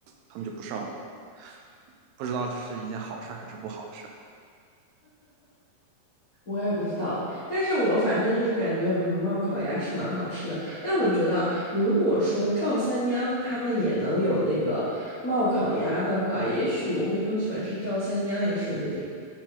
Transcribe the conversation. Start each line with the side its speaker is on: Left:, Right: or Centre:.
Right: 他们就不上了吧。不知道这是一件好事儿还是不好的事儿。
Left: 我也不知道。但是我反正就是感觉嗯冒烤鸭是蛮好吃的。但我觉得啊如果说赵三娘他们也能有那个冒烤鸭的话，也许我会更喜欢吃赵三娘也说不定。